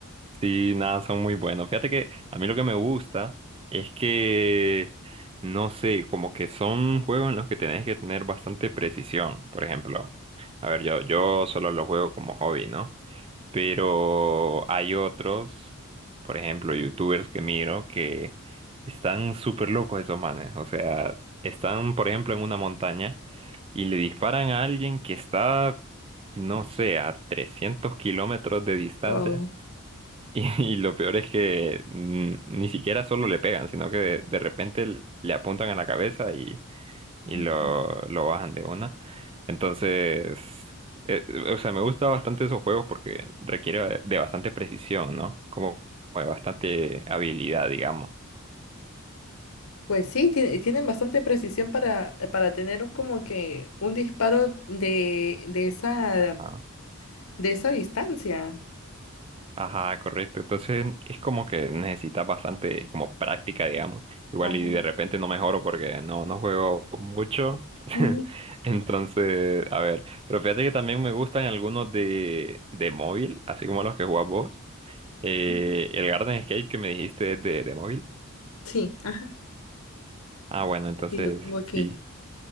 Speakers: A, on the right; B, on the left.
A: Sí, nada, son muy buenos. Fíjate que a mí lo que me gusta es que, no sé, como que son juegos en los que tenés que tener bastante precisión. Por ejemplo, a ver, yo, yo solo los juego como hobby, ¿no? Pero hay otros, por ejemplo, youtubers que miro que están súper locos esos manes. O sea, están, por ejemplo, en una montaña y le disparan a alguien que está, no sé, a 300 kilómetros de distancia.
B: Wow.
A: Y, <laughs> y lo peor es que mm, ni siquiera solo le pegan, sino que de, de repente l- le apuntan a la cabeza y, y
B: Ujú.
A: lo, lo bajan de una. Entonces, eh, o sea, me gusta bastante esos juegos porque requiere de bastante precisión, ¿no? Como de bastante habilidad, digamos.
B: Pues sí, tie- tienen bastante precisión para, para tener como que un disparo de, de esa,
A: Ajá.
B: de esa distancia.
A: Ajá, correcto. Entonces es como que necesitas bastante como práctica, digamos. Igual
B: Ajá.
A: y de repente no mejoro porque no, no juego mucho. <laughs>
B: Ujú,
A: Entonces, a ver. Pero fíjate que también me gustan algunos de, de móvil, así como los que jugás vos. Eh,
B: ujú.
A: el Garden Escape que me dijiste es de, de móvil.
B: Sí, ajá.
A: Ah, bueno, entonces
B: Sí, lo tengo aquí.
A: sí.